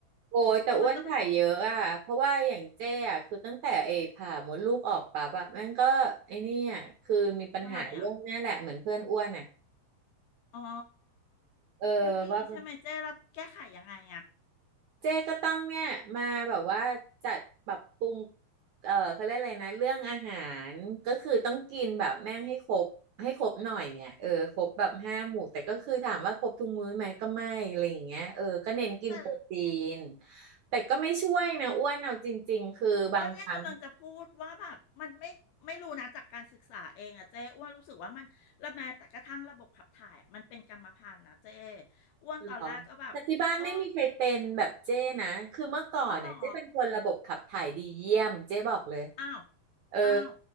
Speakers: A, on the right (about 70°); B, on the left (about 70°).
A: โอ้ยแต่อ้วนถ่ายเยอะอ่ะเพราะว่าอย่างเจ้อ่ะคือตั้งแต่เอผ่ามดลูกออกปั๊บอ่ะแม่งก็ไอ้เนี่อะคือมีปัญหาเรื่องเนี้ยแหละเหมือนเพื่อนอ้วนอ่ะ
B: ก็มันก็เป็นทำไมอ่ะอ๋อ
A: เออว่า
B: ไม่ดีใช่ไหมเจ๊แล้วแก้ไขยังไงอ่ะ
A: เจ๊ก็ต้องเนี่ยมาแบบว่าจัดปรับปรุง เออเขาเรียกอะไรนะเรื่องอาหารก็คือต้องกินแบบแม่งให้ครบให้ครบหน่อยอ่ะเออครบแบบห้าหมู่แต่ก็คือถามว่าครบทุกมื้อไหมก็ไม่อะไรอย่างเงี้ยเออก็เน้นกินโปรตีน
B: แต่
A: แต่ก็ไม่ช่วยนะอ้วนเอาจริงๆคือบางครั้ง
B: ก็เนี่ยกำลังจะพูดว่าแบบมันไม่ไม่รู้นะจากการศึกษาเองอะเจ้อ้วนรู้สึกว่ามันละแม้แต่กระทั่งระบบขับถ่ายอะมันเป็นกรรมพันธุ์นะเจ้อ้วนตอนแรกก็แบบเออ
A: เหรอแต่ที่บ้านไม่มีใครเป็นแบบเจ้นะคือเมื่อก่อนน่ะเจ้เป็นคนระบบขับถ่ายดีเยี่ยมเจ้บอกเลย
B: เอาหรออ้าว
A: เออ
B: อ้าว